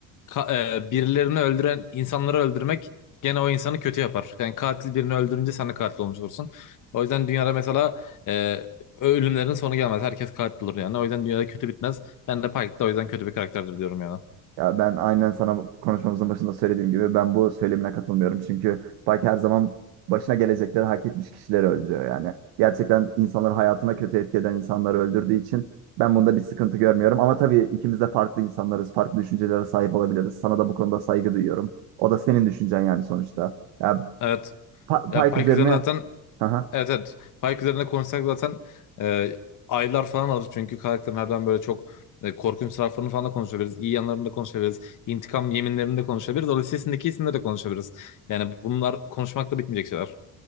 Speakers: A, on the left; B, on the right.
A: ka- e, birilerini öldüren insanları öldürmek gene o insanı kötü yapar. Yani katil birini öldürünce sen de katil olmuş olursun. O yüzden dünyada mesela e, ölümlerin sonu gelmez. Herkes katil olur yani. O yüzden dünyada kötü bitmez. Ben de Pike de o yüzden kötü bir karakterdir diyorum yani.
B: Ya ben aynen sana konuşmamızın başında söylediğim gibi ben bu söylemine katılmıyorum. Çünkü Baki her zaman başına gelecekleri hak etmiş kişileri öldürüyor yani. Gerçekten insanları hayatına kötü etki eden insanları öldürdüğü için ben bunda bir sıkıntı görmüyorum. Ama tabii ikimiz de farklı insanlarız, farklı düşüncelere sahip olabiliriz. Sana da bu konuda saygı duyuyorum. O da senin düşüncen yani sonuçta. Ya
A: Evet.
B: pa-
A: Ya Pike
B: Pike üzerine...
A: üzerine zaten
B: <laughs>
A: Evet evet. Pike üzerine konuşsak zaten e, aylar falan alır. Çünkü karakterin harbiden böyle çok e, korkunç taraflarını falan da konuşabiliriz. İyi yanlarını da konuşabiliriz. İntikam yeminlerini de konuşabiliriz. O listesindeki isimleri de konuşabiliriz. Yani bunlar konuşmakla bitmeyecek şeyler.